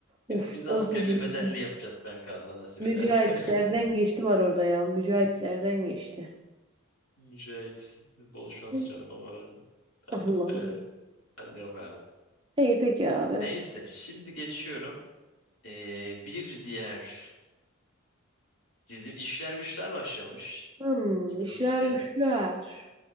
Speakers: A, on the left; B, on the right.
A: Biz
B: Of
A: biz
B: orada
A: askerli
B: bir
A: bedelli
B: Mücahit.
A: yapacağız kanka Allah nasip
B: Mücahit
A: ederse.
B: Serden geçti var orada ya. Mücahit Serden geçti.
A: <laughs> Mücahit bol şans
B: <laughs>
A: canım ama ben
B: Allah
A: ben
B: Allah.
A: e, ben de yok abi.
B: İyi peki abi.
A: Neyse şimdi geçiyorum. E, bir diğer dizim İşler Güçler başlamış
B: Hmm,
A: 2012'de.
B: işler güçler.